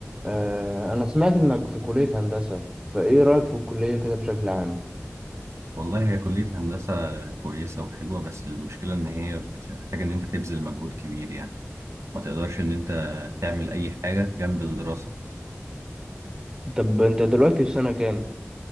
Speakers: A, on the right; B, on the right.
A: آه، أنا سمعت إنك في كلية هندسة فإيه رأيك في الكلية كده بشكل عام؟
B: والله هي كلية هندسة كويسة وحلوة بس المشكلة إن هي بتحتاج إن أنت تبذل مجهود كبير يعني ما تقدرش إن أنت تعمل أي حاجة جنب الدراسة
A: طب أنت دلوقتي في سنة كام؟